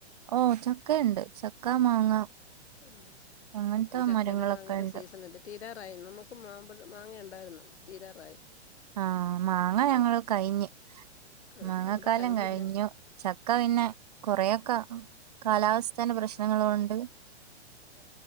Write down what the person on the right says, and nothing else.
ഓ ചക്കയൊണ്ട് ചക്ക മാങ്ങ
അങ്ങനത്തെ
മരങ്ങളൊക്കെ
ഉണ്ട്
ആ മാങ്ങ ഞങ്ങള്
കയ്ഞ്ഞ്
മാങ്ങ
കാലം
കഴിഞ്ഞു ചക്ക പിന്നെ കൊറേയൊക്കെ കാലാവസ്ഥേൻ്റെ പ്രശ്നങ്ങളും ഉണ്ട്